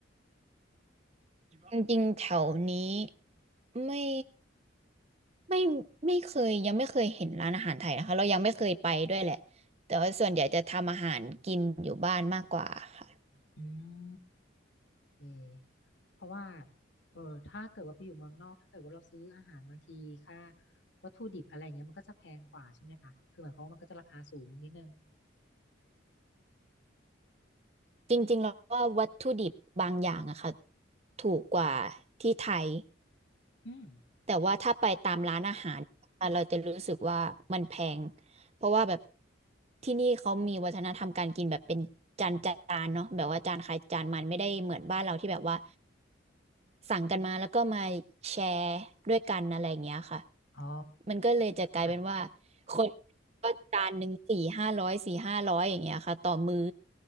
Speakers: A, on the right (about 30°); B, on the left (about 65°).
A: จริงๆแถวนี้ไม่ ไม่ไม่เคยยังไม่เคยเห็นร้านอาหารไทยนะคะเรายังไม่เคยไปด้วยแหละแต่ว่าส่วนใหญ่จะทำอาหารกินอยู่บ้านมากกว่าค่ะ
B: อืม เคเพราะว่าเออถ้าเกิดว่าไปอยู่เมืองนอกถ้าเกิดว่าเราซื้ออาหารบางทีค่าวัตถุดิบอะไรเงี้ยมันก็จะแพงกว่าใช่ไหมคะคือหมายความว่ามันก็จะราคาสูงนิดนึง
A: จริงๆแล้วว่าวัตถุดิบบางอย่างอะค่ะถูกกว่าที่ไทย
B: อืม
A: แต่ว่าถ้าไปตามร้านอาหารอะเราจะรู้สึกว่ามันแพงเพราะว่าแบบที่นี่เขามีวัฒนธรรมการกินแบบเป็นจานจานเนาะแบบว่าจานใครจานมันไม่ได้เหมือนบ้านเราที่แบบว่า สั่งกันมาแล้วก็มาแชร์ด้วยกันอะไรอย่างเงี้ยค่ะ
B: อ๋อ
A: มันก็เลยจะกลายเป็นว่า
B: ค่ะ
A: คนก็จานหนึ่งสี่ห้าร้อยสี่ห้าร้อยอย่างเงี้ยค่ะต่อมื้อ